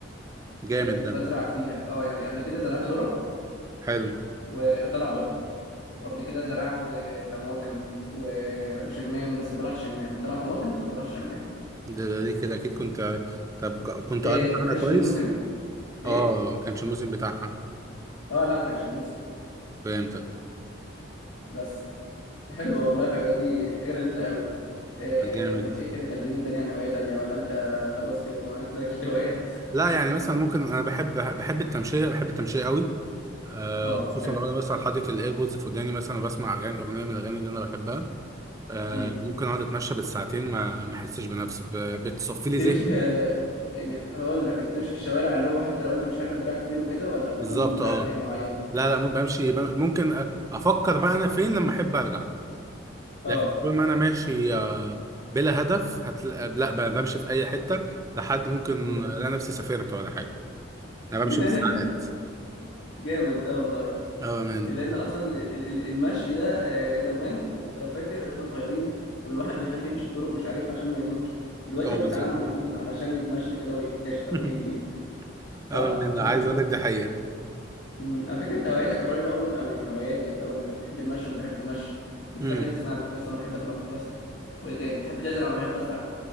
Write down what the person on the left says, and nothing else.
آه، كنت
بزرع فيها اه يعني قبل كده زرعت ذرة
و- وطلع ذرة وقبل كده زرعت آه، طماطم و- وشمام بس ما طلعش شمام طلع طماطم بس ما طلعش شمام
آه،
ما
كانش
في الموسم ايه
اه لا ما كانش في الموسم
بس حلوة والله الهوايات دي حاجة لذيذة قوي آه،
طب ايه كده كلمني تاني عن هواية تانية ولا انت خلاص كده ما عندكش هوايات <laughs>
اه
حلو
مم.
بتمشي
في يعني هقول لك انت بتمشي في الشوارع اللي هو حتى لو انت مش عارف انت رايح فين وكده ولا بتكون
رايح طريق معين
اه
مم.
<laughs>
جامد ده والله
لان اصلا ال- ال- ال- المشي ده آه، زمان انت لو فاكر واحنا صغيرين كان الواحد بيخاف يمشي في طرق مش عارفها عشان ما يتوهش دلوقتي
هو
بيتعمد يتوه علشان يتمشى كده ويكتشف اماكن
جديده صح
<laughs>
مم. على فكره انت هواياتك قريبه قوي من قوي من هواياتي يعتبر انت بتحب المشي وانا بحب المشي بتحب
تسمع بودكاست وانا بحب اسمع بودكاست وايه تاني بتحب تزرع وانا بحب ازرع